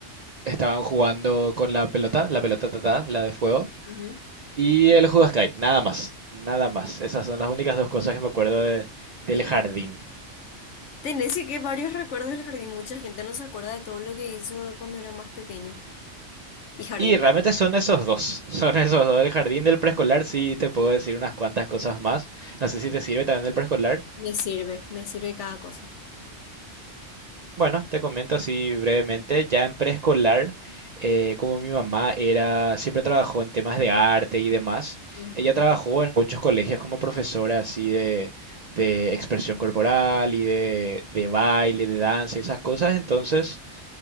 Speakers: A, on the right (about 50°); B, on the left (about 70°).
A: estaban jugando con la pelota, la pelota tatá, la de fuego,
B: ujú,
A: y el Huascay, nada más, nada más. Esas son las únicas dos cosas que me acuerdo de- del
B: Del
A: jardín.
B: jardín. Tenés sí que varios recuerdos del jardín. Mucha gente no se acuerda de todo lo que hizo cuando era más pequeño. Y jardín.
A: Y realmente son esos dos, <laughs> son esos dos. El jardín del preescolar sí te puedo decir unas cuantas cosas más. No sé si te sirve también del preescolar.
B: Me sirve, me sirve cada cosa.
A: Bueno, te comento así brevemente. Ya en preescolar, eh, como mi mamá era, siempre trabajó en temas de arte y demás,
B: Ujú.
A: ella trabajó en muchos colegios como profesora así de, de expresión corporal y de, de baile, de danza y esas cosas. Entonces,